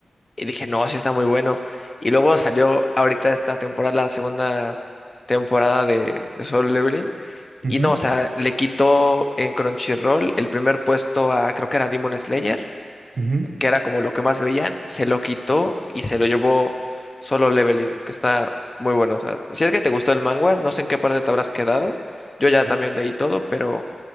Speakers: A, on the left; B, on the right.
A: y dije, no, sí está muy bueno. Y luego salió ahorita esta temporada, la segunda temporada de, de Solo Leveling.
B: ujú,
A: Y no, o sea, le quitó en Crunchyroll el primer puesto a, creo que era Demon Slayer,
B: ujú,
A: que era como lo que más veían. Se lo quitó y se lo llevó Solo Leveling, que está muy bueno. O sea, si es que te gustó el manga, no sé en qué parte te habrás quedado. Yo ya
B: ujú,
A: también leí todo, pero